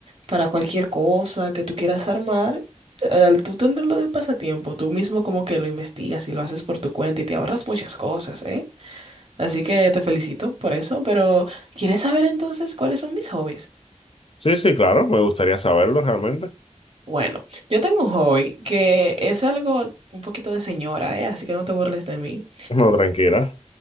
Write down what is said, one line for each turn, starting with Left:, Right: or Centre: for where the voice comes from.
Right: para cualquier cosa que tú quieras armar. Al tú tenerlo de pasatiempo, tú mismo como que lo investigas y lo haces por tu cuenta y te ahorras muchas cosas, ¿eh? Así que te felicito por eso, pero ¿quieres saber entonces cuáles son mis hobbies?
Left: Sí, sí, claro, me gustaría saberlo realmente. <laughs>
Right: Bueno, yo tengo un hobby que es algo un poquito de señora, ¿eh? Así que no te burles de mí.
Left: No, tranquila.